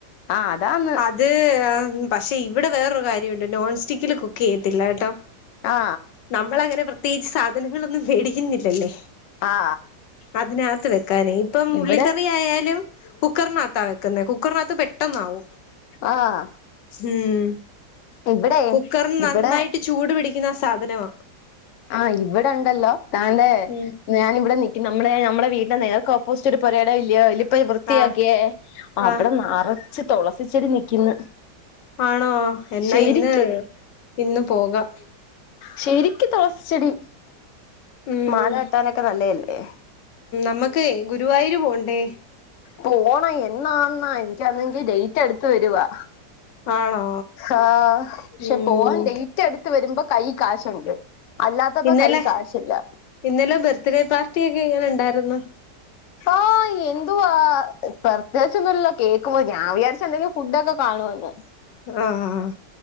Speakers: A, on the left; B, on the left.
A: ആ അതാന്ന്
B: അത് പഷെ ഇവിടെ വേറൊരു കാര്യവൊണ്ട് നോൺസ്റ്റിക്കില് കുക്ക് ചെയ്യത്തില്ല കേട്ടോ
A: ആ
B: നമ്മളങ്ങനെ പ്ര ത്യേകിച്ച് സാധനങ്ങളൊന്നും മേടിക്കുന്നില്ലല്ലേ
A: ആ
B: അതിനകത്ത് വെക്കാനെ ഇപ്പം ഉള്ളിക്കറിയായാലും
A: ഇവിടെ
B: കുക്കറിനാത്താ വെക്കുന്നെ കുക്കറിനകത്ത് പെ- ട്ടെന്നാവും
A: ആഹ്
B: ഉം
A: ഇവിടെ
B: കുക്കറിന്
A: ഇവിടെ
B: നന്നായിട്ട് ചൂട് പിടിക്കുന്നാ സ് സാധനവ
A: ആഹ് ഇവിടൊണ്ടല്ലോ ന്താണ്ടെ
B: ഉം
A: ഞാനിവിടെ നി നമ്മടെ നമ്മടെ വീടിന്റെ നേർക്ക് ഓപ്പോസിറ്റ് ഒരു പൊരയിടം ഇല്ലയോ അല് ഇപ്പ വൃത്തിയാക്കിയേ
B: ആഹ്
A: അവിടെന്നറച്ച്
B: ആഹ്
A: തൊളസിച്ചെടി നിക്ക്ന്ന്
B: ആണോ എന്നാ
A: ശരിക്ക്
B: ഇന്ന് ഇന്ന് പോകാം
A: ശരിക്ക് തൊളസിച്ചെടി
B: ഉം
A: മാല കെട്ടാനൊക്കെ നല്ലല്ലേ
B: നമ്മക്കെ ഗുരുവായൂര് പോണ്ടേ
A: പോണം എന്നാന്നാ എനിക്കാണെങ്കി ഡേറ്റ് അടുത്ത് വരുവാ
B: ആണോ
A: ആഹ് പക്ഷെ
B: ഉം
A: പോവാൻ ഡേറ്റ് എടു ത്ത് വരുമ്പോ കൈ കാശുണ്ട് അല്ലാത്തപ്പോ
B: ഇന്നലെ
A: കൈ കാശില്ല
B: ഇന്നലെ ബർത്ത്ഡേ പാർട്ടി എങ്ങനെ ഉണ്ടായിരുന്നു
A: ആഹ് എന്തുവാ പ്രത്യകിച്ചൊന്നുമല്ലോ കേൾക്കുമ്പോ ഞാൻ വിചാരിച്ച എന്തെങ്കിലും ഫുഡൊക്കെ കാണുമന്ന്
B: ആഹ്